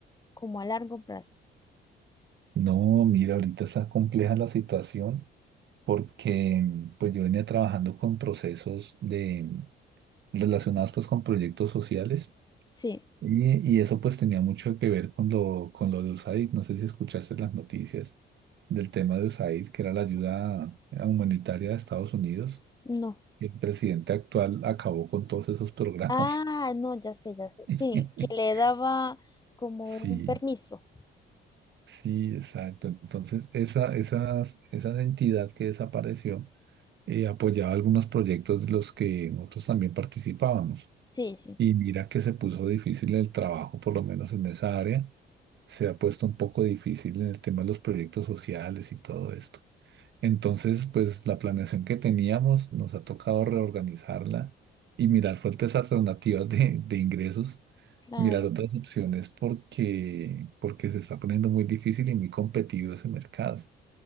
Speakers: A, on the left; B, on the right.
A: como a largo plazo.
B: No, mira, ahorita está compleja la situación porque mm, pues yo venía trabajando con procesos de mm, relacionados pues con proyectos sociales
A: Sí,
B: y, y eso pues tenía mucho que ver con lo, con lo de USAID. No sé si escuchaste las noticias del tema de USAID, que era la ayuda humanitaria de Estados Unidos.
A: no.
B: El presidente actual acabó con todos esos programas.
A: Ah, no, ya sé, ya sé. Sí,
B: <laughs>
A: que le daba como
B: Sí,
A: un permiso.
B: sí, exacto. Entonces, esa, esas, esa entidad que desapareció eh, apoyaba algunos proyectos de los que nosotros también participábamos.
A: Sí, sí,
B: Y mira que se puso difícil el trabajo, por lo menos en esa área. Se ha puesto un poco difícil en el tema de los proyectos sociales y todo esto. Entonces, pues la planeación que teníamos nos ha tocado reorganizarla y mirar fuentes alternativas de, de ingresos,
A: claro,
B: mirar otras opciones porque, porque se está poniendo muy difícil y muy competido ese mercado.